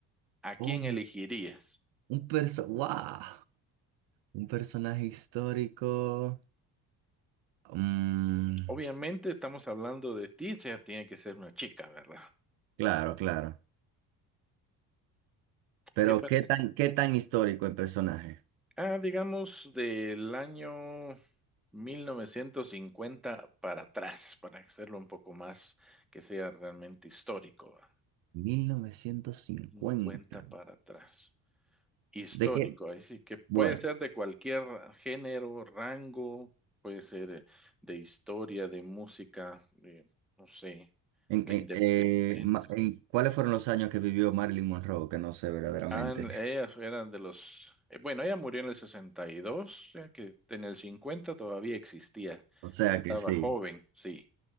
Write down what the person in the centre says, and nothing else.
¿A quién
elegirías?
Obviamente estamos hablando de ti, o sea, tiene que ser una chica, ¿verdad?
¿Qué per-
ah, digamos del año 1950 para atrás, para hacerlo un poco más que sea realmente histórico, ¿va?
50 para atrás. Histórico,
ahí sí, que puede
ser de cualquier género, rango, puede ser eh, de historia, de música, de, no sé,
la
independencia.
Ah, ella era de los, eh, bueno, ella murió en el 62, o sea que en el 50 todavía existía,
estaba
joven, sí.